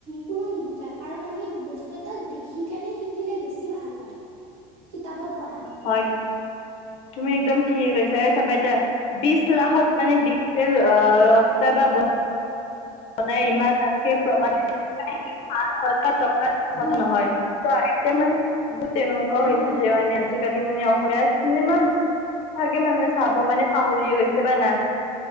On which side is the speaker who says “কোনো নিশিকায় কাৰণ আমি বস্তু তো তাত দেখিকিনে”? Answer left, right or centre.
Right